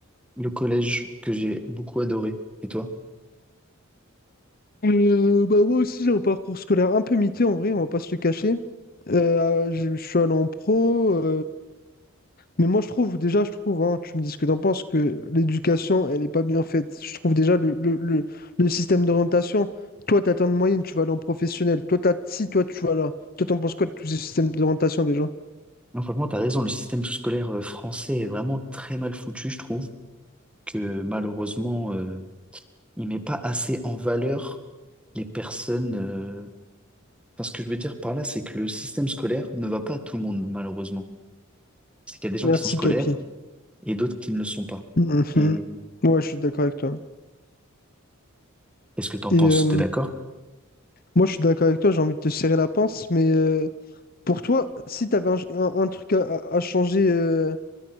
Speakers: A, in the centre; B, on the left (about 45°).
A: le collège que j'ai beaucoup adoré. Et toi?
B: Euh, bah moi aussi j'ai un parcours scolaire un peu mité en vrai, on va pas se le cacher. Euh, je je suis allé en pro, Mais moi, je trouve, déjà, je trouve, hein, tu me dis ce que t'en penses, que l'éducation, elle n'est pas bien faite. Je trouve déjà le, le, le, le système d'orientation, toi, tu atteins une moyenne, tu vas aller en professionnel. Toi, t'as, si, toi, tu vas là. Toi, t'en penses quoi de tous ces systèmes d'orientation déjà?
A: Non, franchement, t'as raison, le système scolaire euh, français est vraiment très mal foutu, je trouve, que malheureusement, il met pas assez en valeur les personnes. euh, Enfin, ce que je veux dire par là, c'est que le système scolaire ne va pas à tout le monde, malheureusement. C'est qu'il y a des gens
B: Merci,
A: qui sont scolaires
B: Capi. <laughs>
A: et d'autres qui ne le sont pas.
B: Mhm.
A: Et
B: Ouais, je suis d'accord avec toi.
A: qu'est-ce que t'en
B: Et
A: penses?
B: euh,
A: T'es d'accord?
B: moi, je suis d'accord avec toi, j'ai envie de te serrer la pince, mais euh, pour toi, si tu avais un, un- un truc à, à- à changer euh,